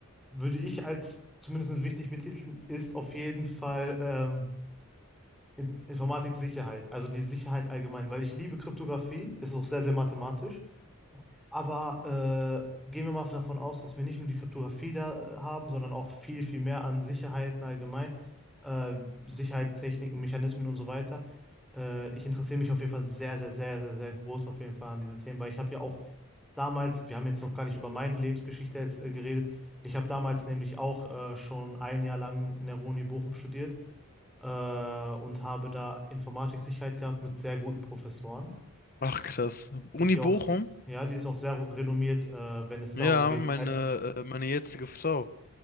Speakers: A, in the centre; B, on the left (about 40°).
A: würde ich als zumindest wichtig betiteln, ist auf jeden Fall ähm, In- Informatik-Sicherheit, also die Sicherheit allgemein, weil ich liebe Kryptographie, es ist auch sehr, sehr mathematisch. Aber äh, gehen wir mal davon aus, dass wir nicht nur die Kryptographie da äh, haben, sondern auch viel, viel mehr an Sicherheiten allgemein, äh, Sicherheitstechniken, Mechanismen und so weiter. Äh, ich interessiere mich auf jeden Fall sehr, sehr, sehr, sehr, sehr groß auf jeden Fall an diese Themen, weil ich habe ja auch damals, wir haben jetzt noch gar nicht über meine Lebensgeschichte jetzt, äh, geredet, ich habe damals nämlich auch äh, schon ein Jahr lang in der Uni Bochum studiert äh, und habe da Informatiksicherheit gehabt mit sehr guten Professoren.
B: Ach krass. Uni
A: Die
B: Bochum?
A: auch, ja, die ist auch sehr renommiert, äh, wenn es
B: Ja,
A: darum geht.
B: meine,
A: Äh,
B: äh, meine jetzige Frau